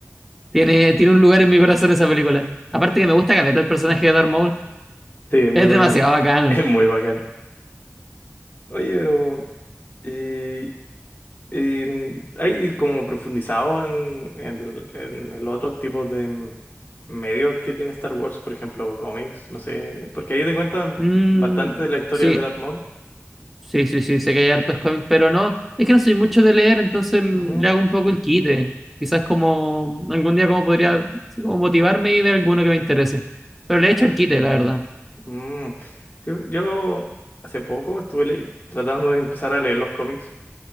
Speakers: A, in the centre; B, on the left.
A: tiene, tiene un lugar en mi corazón esa película. Aparte que me gusta Caleta, el personaje de Darth Maul
B: sí, es muy
A: es
B: bacán.
A: demasiado
B: <laughs>
A: bacán.
B: Es muy bacán. Oye, pero eh, en- ¿hay como profundizado en, en, en el otros tipos de m- medios que tiene Star Wars? Por ejemplo, cómics, no sé. Porque ahí te cuentan
A: Mm,
B: bastante de la historia
A: sí,
B: de Darth Maul.
A: Sí, sí, sí, sé que hay hartos cómics, pero no, es que no soy mucho de leer, entonces mm,
B: Ujú,
A: le hago un poco el quite. Quizás como algún día como podría así como motivarme y ver alguno que me interese. Pero
B: nada.
A: le he hecho el quite, la verdad,
B: Mm, sí, yo hace poco estuve le- tratando de empezar a leer los cómics,